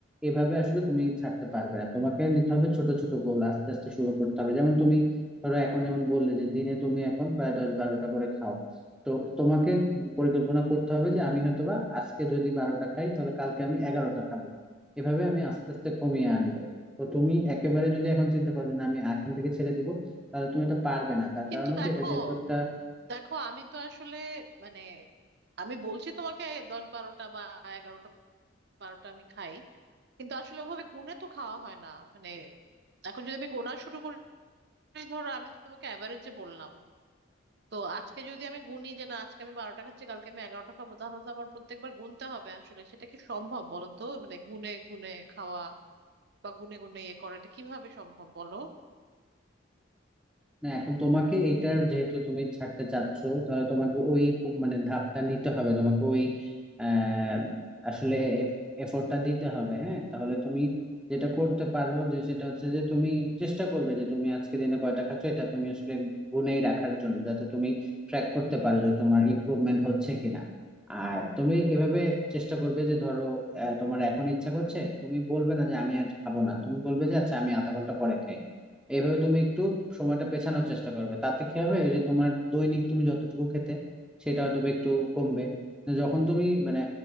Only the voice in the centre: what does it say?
এভাবে আসলে তুমি ছাড়তে পারবে না তোমাকে নিতে হবে ছোট ছোট গোল আস্তে আস্তে শুরু করতে হবে যেমন তুমি ধরো এখন যেমন বললে যে দিনে তুমি এখন প্রায় দশ বারোটা করে খাও তো তোমাকে পরিকল্পনা করতে হবে যে আমি হয়তোবা আজকে যদি বারোটা খাই তাহলে কালকে আমি এগারোটা খাবো এভাবে আমি আস্তে আস্তে কমিয়ে আনবো তো তুমি একেবারে যদি এখন চিন্তা করো যে না আমি এখন থেকে ছেড়ে দিব তাহলে তুমি এটা পারবে না তার
কারণ হচ্ছে
এটা যেহেতু একটা
না এখন তোমাকে এটার যেহেতু তুমি ছাড়তে চাচ্ছ তাহলে তোমাকে ওই খুব মানে ধাপটা নিতে হবে তোমাকে ওই আহ, আসলে এফোর্টটা দিতে হবে হ্যাঁ তাহলে তুমি যেটা করতে পারো যে সেটা হচ্ছে যে তুমি চেষ্টা করবে যে তুমি আজকে দিনে কয়টা খাচ্ছ এটা তুমি আসলে গুনেই রাখার জন্য যাতে তুমি ট্র্যাক করতে পারো যে তোমার ইমপ্রুভমেন্ট হচ্ছে কিনা আর তুমি এভাবে চেষ্টা করবে যে ধরো আহ, তোমার এখন ইচ্ছা করছে তুমি বলবে না যে আমি আর খাবো না তুমি বলবে যে আচ্ছা আমি আধা ঘন্টা পরে খাই এইভাবে তুমি একটু সময়টা পেছানোর চেষ্টা করবে তাতে কি হবে ওই যে তোমার দৈনিক তুমি যতটুকু খেতে সেটা হয়তো বা একটু কমবে যখন তুমি মানে